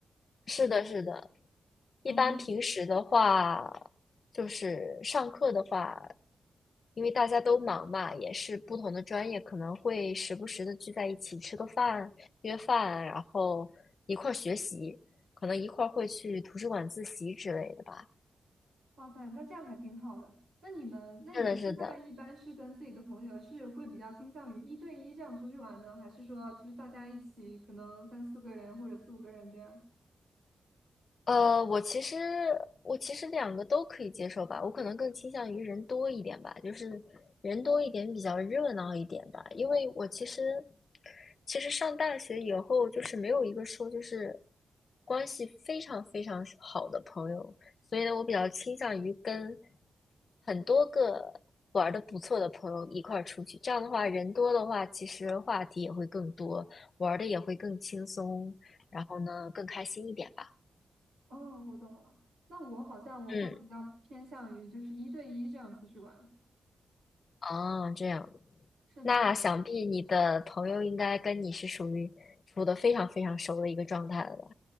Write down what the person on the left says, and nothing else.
是的，是的。
一般平时的话，就是上课的话，因为大家都忙嘛，也是不同的专业，可能会时不时的聚在一起吃个饭、约饭，然后一块儿学习，可能一块儿会去图书馆自习之类的吧。
是的，是的，
呃，我其实我其实两个都可以接受吧，我可能更倾向于人多一点吧，就是人多一点比较热闹一点吧，因为我其实其实上大学以后就是没有一个说就是关系非常非常好的朋友，所以呢，我比较倾向于跟很多个玩的不错的朋友一块儿出去，这样的话人多的话，其实话题也会更多，玩的也会更轻松，然后呢更开心一点吧。
嗯，哦，这样，
那想必你的朋友应该跟你是属于处得非常非常熟的一个状态了吧？